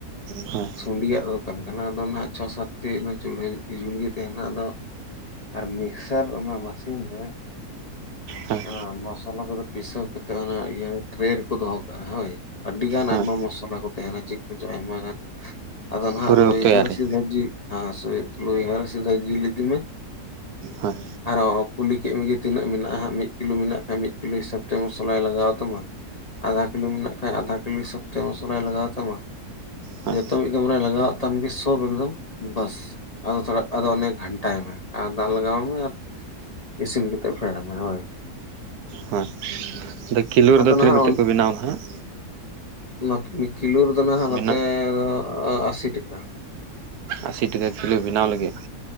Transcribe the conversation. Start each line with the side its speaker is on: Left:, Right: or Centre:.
Right: ᱦᱳᱭ
Left: ᱥᱩᱰᱤᱭᱟᱜ ᱫᱚᱠᱟᱱ ᱠᱟᱱᱟ ᱟᱫᱚ ᱱᱟᱦᱟᱜ ᱪᱷᱚ ᱥᱟᱛᱴᱤ ᱪᱳᱞᱳ ᱡᱩᱞ ᱜᱮ ᱛᱟᱦᱮᱸᱱᱟ ᱟᱫᱚ ᱟᱨ ᱢᱤᱠᱥᱟᱨ ᱚᱱᱟ ᱢᱮᱥᱤᱱ ᱨᱮ
Right: ᱦᱳᱭ
Left: ᱚᱱᱟ ᱢᱚᱥᱞᱟ ᱠᱚ ᱫᱚ ᱯᱤᱥᱟᱹᱣ ᱠᱟᱛᱮᱫ ᱚᱱᱟ ᱤᱭᱟᱹ ᱴᱨᱮ ᱨᱮ ᱠᱚ ᱫᱚᱦᱚ ᱠᱟᱜᱼᱟ ᱦᱳᱭ ᱟᱹᱰᱤ ᱜᱟᱱ
Right: ᱦᱳᱭ
Left: ᱟᱭᱢᱟ ᱢᱚᱥᱞᱟ ᱠᱚ ᱛᱟᱦᱮᱸᱱᱟ ᱪᱮᱫ ᱠᱚᱪᱚᱝ ᱟᱭᱢᱟ ᱜᱟᱱ ᱟᱫᱚ ᱱᱟᱦᱟᱜ
Right: ᱯᱩᱨᱟᱹᱣ
Left: ᱞᱩᱭᱦᱟ
Right: ᱛᱮᱭᱟᱨᱤ
Left: ᱦᱥᱤᱫᱷᱟ ᱡᱤᱞ ᱦᱮ ᱞᱩᱭᱦᱟ ᱦᱥᱤᱫᱷᱟ ᱡᱤᱞ ᱤᱫᱤ ᱢᱮ
Right: ᱦᱳᱭ
Left: ᱟᱨᱚ ᱠᱩᱞᱤ ᱠᱮᱫ ᱢᱮᱜᱮ ᱛᱤᱱᱟᱹᱜ ᱢᱮᱱᱟᱜᱼᱟ ᱢᱤᱫ ᱠᱤᱞᱳ ᱢᱮᱱᱟᱜ ᱠᱷᱟᱱ ᱢᱤᱫ ᱠᱤᱞᱳ ᱦᱤᱥᱟᱹᱵ ᱛᱮ ᱢᱚᱥᱞᱟᱭ ᱞᱟᱜᱟᱣ ᱟ ᱛᱟᱢᱟ ᱟᱫᱷᱟ ᱠᱤᱞᱳ ᱢᱮᱱᱟᱜ ᱠᱷᱟᱱ ᱟᱫᱷᱟ ᱠᱤᱞᱳ ᱦᱤᱥᱟᱹᱵ ᱛᱮ ᱢᱚᱥᱞᱟᱭ ᱞᱟᱜᱟᱣ ᱟᱛᱟᱢᱟ
Right: ᱦᱳᱭ
Left: ᱡᱚᱛᱚ ᱢᱤᱫ ᱫᱚᱢ ᱨᱮ ᱞᱟᱜᱟᱣᱟᱜ ᱛᱟᱢ ᱜᱮ ᱥᱚᱵ ᱮᱠᱫᱚᱢ ᱵᱟᱥ ᱟᱫᱚ ᱛᱷᱚᱲᱟ ᱟᱫᱚ ᱚᱱᱮ ᱜᱷᱟᱱᱴᱟᱭ ᱢᱮ ᱟᱨ ᱫᱟᱜ ᱞᱟᱜᱟᱣ ᱢᱮ ᱟᱨ ᱤᱥᱤᱱ ᱠᱟᱛᱮ ᱦᱳᱭ
Right: ᱦᱳᱭ ᱟᱫᱚ ᱠᱤᱞᱳ ᱨᱮ
Left: ᱟᱫᱚ
Right: ᱫᱚ ᱛᱤᱱᱟᱹᱜ
Left: ᱱᱟᱦᱟᱜ
Right: ᱠᱟᱛᱮ ᱠᱚ ᱵᱮᱱᱟᱣᱟ ᱱᱟᱦᱟᱸᱜ
Left: ᱱᱚᱛ ᱠᱤᱞᱳ ᱨᱮᱫᱚ ᱱᱟᱦᱟᱜ ᱱᱚᱛᱮ
Right: ᱵᱮᱱᱟᱣ
Left: ᱫᱚ ᱟ-ᱟᱥᱤ ᱴᱟᱠᱟ ᱾
Right: ᱟᱥᱤ ᱴᱟᱠᱟ ᱠᱤᱞᱳ ᱵᱮᱱᱟᱣ ᱞᱟᱹᱜᱤᱫ ᱾